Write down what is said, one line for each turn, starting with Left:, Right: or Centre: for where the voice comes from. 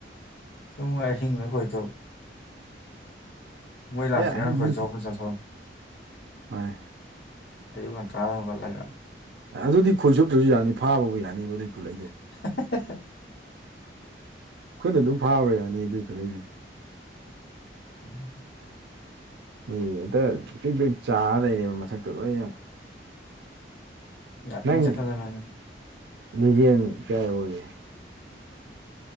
Left: <unintelligible> ꯍꯁꯤꯡꯗ ꯈꯣꯏ ꯆꯧ
Right: <unintelligible>
Left: ꯃꯣꯏ ꯂꯥꯛꯇ꯭ꯔꯤꯀꯥꯟꯗ ꯈꯣꯏꯆꯣꯞꯀ ꯆꯥꯊꯣꯛꯂꯛꯑꯣ ꯑꯌꯨꯛ ꯉꯟꯇꯥꯗ ꯍꯩꯒꯠꯂꯒ
Right: ꯑꯗꯨꯗꯤ ꯈꯣꯏꯁꯆꯨꯞꯇ꯭ꯔꯁꯨ ꯌꯥꯅꯤ ꯐꯥꯕꯕꯨ ꯌꯥꯅꯤꯕ ꯑꯗꯨꯏ ꯈꯨꯠꯂꯩꯗꯨꯗꯤ꯫
Left: <unintelligible>
Right: ꯈꯨꯠꯅ ꯑꯗꯨꯝ ꯐꯥꯕ ꯌꯥꯅꯤ ꯑꯗꯨꯏ ꯑꯗꯨꯏ ꯈꯨꯂꯩꯗꯨꯗꯤ꯫
Left: ꯎꯝ
Right: ꯍꯣꯏꯌꯦ ꯍꯦꯛꯇ ꯄꯔ꯭ꯤꯛ ꯄ꯭ꯔꯤꯛ ꯆꯥꯔ ꯂꯩꯔꯦꯕ ꯃꯊꯛꯇ ꯂꯣꯏꯅ꯫
Left: ꯉꯟꯅ
Right: ꯅꯪ
Left: ꯆꯠꯀꯗꯕꯅꯦ
Right: ꯂꯤꯖꯦꯟ ꯀꯌꯥ ꯌꯧꯔꯒꯦ?